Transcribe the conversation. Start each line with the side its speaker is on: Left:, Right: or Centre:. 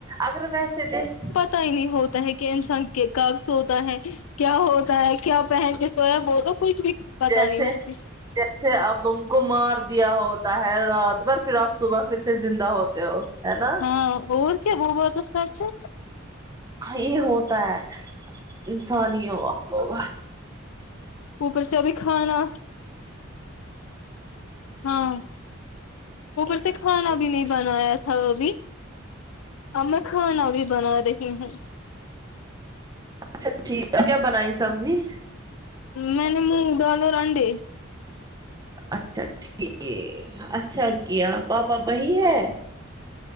Right: اگر ویسے دیکھ
Left: پھیلی ہوتا ہے کہ انسان کہ کب سوتا ہے کیا ہوتا ہے کیا پہن یہ سب ہو تو کچھ بھی پتا
Right: جیسے
Left: نہیں ہوتی
Right: جیسے اب انکو کو مار دیا ہوتا ہے رات بھر پھر آب صبح پھر سے زندہ ہوتے ہو ہے نہ
Left: ہاں بہت کہ وہ بات سچ ہے
Right: ہیں ہی یہ ہوتا ہے انسان ہی ہو ہم لوگ
Left: اوپر سے ابھی کھانا ہاں اوپر سے کھانا بھی نہیں بنایا تھا وہ ابھی اب میں کھانا بھی بنا رہی ہوں
Right: سب ٹھیک اب کیا بنائی سبزی
Left: میں نے مونگ دال اور انڈے
Right: اچھا ٹھیک اچھا کیا پاپا وہیں ہے